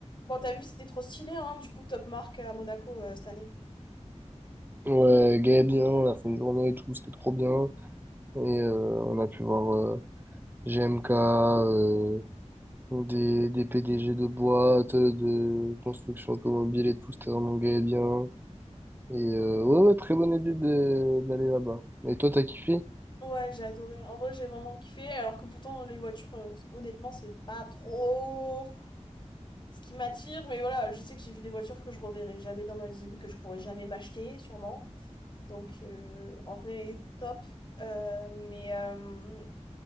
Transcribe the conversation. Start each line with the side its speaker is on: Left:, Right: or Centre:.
Left: Bon, t'as vu, c'était trop stylé, hein, du coup, top marque à Monaco euh, cette année.
Right: Ouais, Gaëdien, on a fait une journée et tout, c'était trop bien. Et euh, on a pu voir euh, GMK, euh, des, des PDG de boîtes, euh, de construction automobile et tout, c'était vraiment Gaëdien. Et euh, ouais, ouais, très bonne idée de- d'aller là-bas. Et toi, t'as kiffé?
Left: Ouais, j'ai adoré. En vrai, j'ai vraiment kiffé, alors que pourtant, les voitures, euh, honnêtement, c'est pas trop ce qui m'attire, mais voilà, je sais que j'ai vu des voitures que je reverrai jamais dans ma vie, que je pourrais jamais m'acheter, sûrement. Donc, euh, en vrai, top. Euh, mais euh,